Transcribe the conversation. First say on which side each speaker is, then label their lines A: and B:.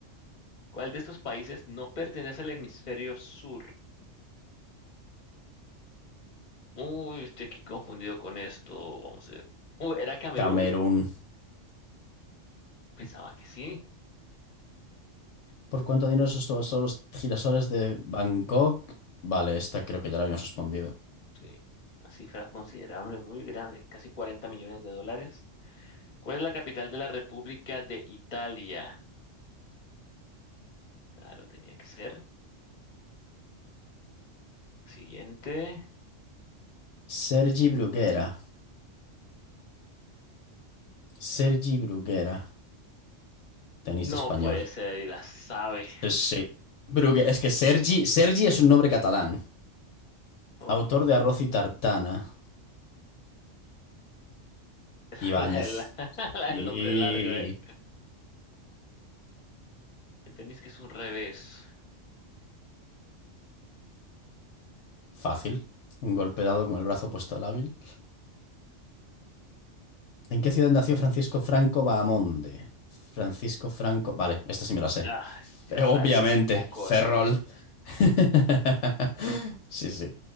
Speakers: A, on the left; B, on the left.
A: ¿Cuál de estos países no pertenece al hemisferio sur? Uy, estoy aquí confundido con esto. Vamos a ver. Uy, ¿era Camerún?
B: Camerún.
A: Pensaba que sí.
B: ¿Por cuánto dinero subastó los girasoles de Van Gogh? Vale, esta creo que ya la habíamos respondido.
A: Sí. Una cifra considerable, muy grande, casi 40 millones de dólares. ¿Cuál es la capital de la República de Italia? Claro, tenía que ser. Siguiente.
B: Sergi Bruguera. Sergi Bruguera. Tenista
A: No
B: español.
A: puede ser, y la sabe.
B: Sí, sí. Brugue- Es que Sergi, Sergi es un nombre catalán.
A: Oh,
B: Autor de Arroz y Tartana.
A: <laughs>
B: Ibáñez.
A: la, del <laughs> la
B: Y...
A: del nombre largo, eh. ¿Entendís que es un revés?
B: Fácil. Un golpe dado con el brazo puesto al hábil. ¿En qué ciudad nació Francisco Franco Bahamonde? Francisco Franco. Vale, esta sí me la sé.
A: Ah, sí
B: Eh,
A: la
B: Obviamente,
A: sabe porque es de La Coruña.
B: Ferrol. <laughs> Sí, sí.